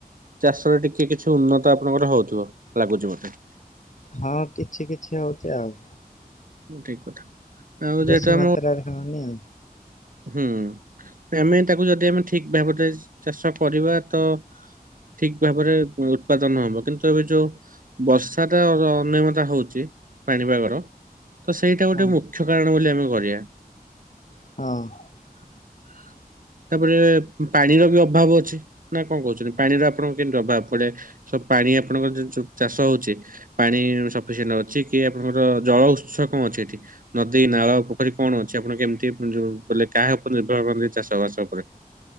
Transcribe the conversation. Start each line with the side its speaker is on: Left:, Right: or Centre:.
Right: ଚାଷରେ ଟିକେ କିଛି ଉନ୍ନତ ଆପଣଙ୍କର ହଉଥିବ, ଲାଗୁଛି ମୋତେ
Left: ହଁ କିଛି କିଛି ହଉଛି ଆଉ
Right: ଠିକ କଥା। ଆଉ
Left: ବେଶୀ
Right: ଯେହେତୁ ଆମ
Left: ମାତ୍ରାରେ ହୋଉନି ଆଉ।
Right: ହୁଁ ଆମେ ତାକୁ ଯଦି ଆମେ ଠିକ ଭାବରେ ଚାଷ କରିବା ତ ଠିକ ଭାବରେ ଉତ୍ପାଦନ ହବ କିନ୍ତୁ ଏବେ ଯୋଉ ବର୍ଷା ଟା ଅନିୟମତା ହଉଛି ପାଣିପାଗର ତ ସେଇଟା ଗୋଟେ
Left: ହଁ
Right: ମୁଖ୍ୟ କାରଣ ବୋଲି ଆମେ କରିବା।
Left: ହଁ।
Right: <unintelligible> ତାପରେ ପାଣିର ବି ଅଭାବ ଅଛି ନା କଣ କହୁଛନ୍ତି ପାଣିର ଆପଣଙ୍କୁ କେମତି ଅଭାବ ପଡେ ସ ପାଣି ଆପଣଙ୍କର ଯୋଉ ଚାଷ ହଉଚି। ପାଣି ସଫିସିଏଣ୍ଟ ଅଛି କି ଆପଣଙ୍କର ଜଳ ଉତ୍ସ କଣ ଅଛି ଏଠି? ନଦୀ, ନାଳ, ପୋଖରୀ କଣ ଅଛି ଆପଣ କେମିତି ଯୋଉ ବୋଲେ କାହା ଉପରେ ନିର୍ଭର କରନ୍ତି ଚାଷ ବାସ ଉପରେ?